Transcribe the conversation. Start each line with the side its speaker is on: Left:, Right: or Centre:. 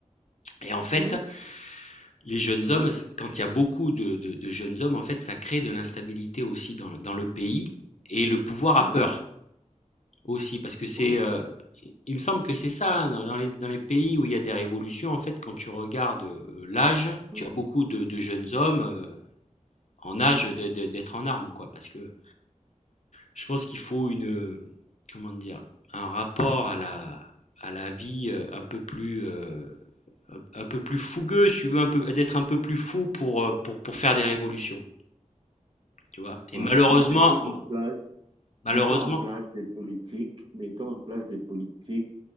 Left: et en fait,
Right: ouais,
Left: les jeunes
Right: ouais,
Left: hommes, s quand il y a beaucoup de de de jeunes hommes, en fait, ça crée de l'instabilité aussi dans le dans le pays et le pouvoir
Right: ouais,
Left: a peur aussi parce que c'est,
Right: ouais.
Left: heu, il me semble que c'est ça, hein, dans dans les dans les pays où il y a des révolutions, en fait, quand tu regardes, heu, l'âge,
Right: mhm,
Left: tu as beaucoup de de jeunes hommes, heu, en âge
Right: mhm,
Left: de de d'être en armes, quoi, parce que Je pense qu'il faut une, euh, comment dire? Un rapport à la à la vie, euh, un peu plus, heu, un peu plus fougueux, si tu veux, un peu d'être un peu plus fou pour, euh, pour pour faire des révolutions, tu vois? Et
Right: ouais.
Left: malheureusement
Right: Non, mettons en place.
Left: malheureusement
Right: Mettons en place des politiques, mettons en place des politiques